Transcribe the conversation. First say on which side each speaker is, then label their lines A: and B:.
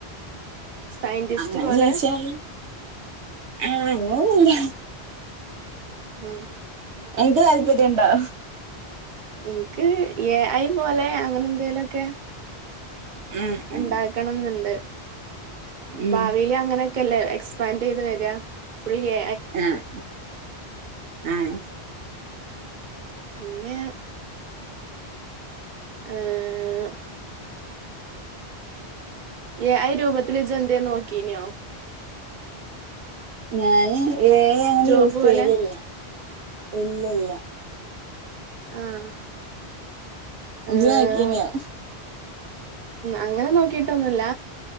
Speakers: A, on the right; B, on the right.
A: സയന്റിസ്റ്റ്
B: അങ്ങനെ
A: പോലെ
B: ചോയ്ച്ചായി ആഹ് അങ്ങനൊന്നുല്ല
A: ആഹ്
B: അനക്ക് താല്പര്യണ്ടാ
A: എനിക്ക് എ ഐ പോലെ അങ്ങനെ എന്തേലൊക്കെ
B: ആഹ് ആഹ്
A: ഇണ്ടാ ക്കണംന്നിണ്ട്
B: ഉം
A: ഭാവീലങ്ങനെ ക്കല്ലേ എക്സ്പാൻഡ് ചെയ്ത് വര്യ ഫ്രീയ്
B: ആഹ് ആഹ്
A: പിന്നേ ഏഹ് എ ഐ രൂപത്തില് ഇജ്ജ് എന്തേ നോക്കീനോ
B: ഞാന് എ ഐ അങ്ങനെ
A: ജോബ്
B: യൂസ്
A: പോലെ
B: ചെയ്യലില്ല ഇല്ലില്ല
A: ആഹ് ഏഹ്
B: ഇജ്ജ് നോക്കീനിയോ
A: അങ്ങനെ നോക്കിട്ടൊന്നുല്ല